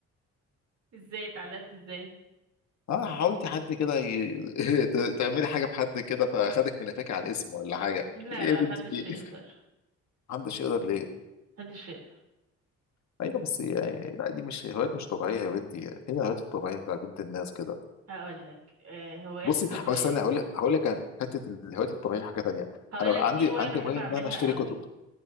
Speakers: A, on the right; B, on the left.
A: ازاي اتعلقت ازاي
B: اه حاولتي حد كده ي... <laughs> ت- تعملي حاجه بحد كده فاخدك من قفاك على الاسم ولا حاجه
A: لا
B: ايه
A: لا
B: يا بنتي
A: محدش
B: في
A: يقدر
B: ايه محدش يقدر ليه
A: محدش يقدر
B: ايوه بس يعني لا دي مش هوايات مش طبيعيه يا بنتي فين الهوايات الطبيعيه بتاع بنت الناس كده
A: هقول لك آه هوايات
B: بصي
A: طبيعية
B: هو استنى هقول لك هقول لك عن حته الهوايات الطبيعيه حاجه تانيه
A: هقول
B: انا
A: لك
B: عندي
A: في هواية
B: عندي
A: بحب
B: هوايه
A: اعملها
B: ان انا اشتري
A: قوي
B: كتب